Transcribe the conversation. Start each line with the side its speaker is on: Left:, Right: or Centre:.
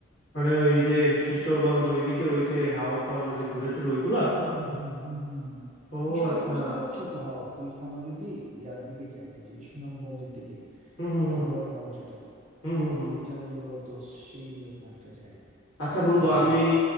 Left: মানে ওই যে কিশোরগঞ্জ ওইদিকের ওই যে হাওর টাওয়ার ওই যে ঘুরে টুরে ওইগুলা
Right: হুম হুম হুম হুম
Left: ও
Right: কিশোরগঞ্জ
Left: আচ্ছা
Right: তো ছোট হাওর তুই আমরা যদি ইয়ার দিকে যাই এই যে সুনামগঞ্জের দিকে
Left: হুম হুম হুম
Right: টাঙ্গুয়ার
Left: হুম
Right: হাওর যেটা
Left: হুম
Right: ওই
Left: হুম হুম।
Right: দিকটা হইলো তো সেই রকম একটা জায়গা
Left: আচ্ছা বন্ধু
Right: মানে
Left: আমি
Right: গেলে তো